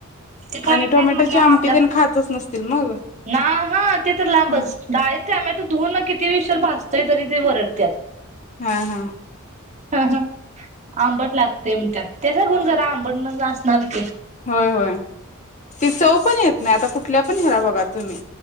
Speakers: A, on the right; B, on the left.
A: ते खाइत
B: आणि टोमॅटोची
A: नाहीत म्हटल्यावर
B: आमटी
A: म आपल्या
B: तेन खातच नसतील मग
A: ना ह ते तर लांबचं
B: ह
A: डाळीत टोमॅटो धुवून किती विषर भाजतय तरी ते वरडत्या.
B: हा हा.
A: ह आंबट लागतय म्हणत्यात, त्याच्याहून जरा आंबट ना असणारच.
B: होय होय, ती चव पण येत नाही आता कुठ कुठल्या पण घरा बघा तुम्ही.